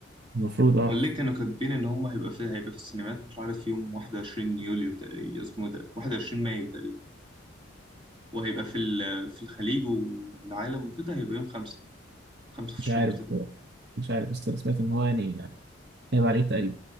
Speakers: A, on the right; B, on the right.
A: المفروض
B: أمال
A: اه
B: ليه كانوا كاتبين إن هم هيبقى في هيبقى في السينمات مش عارف يوم 21 يوليو تقريبا اسمه إيه ده 21 مايو تقريبا وهيبقى في ال... في الخليج والعالم وكده هيبقى يوم خمسة خمسة في
A: مش
B: الشهر
A: عارف
B: ستة
A: بصراحة. مش عارف بس انا سمعت ان هو يعني هيبقى على العيد تقريبا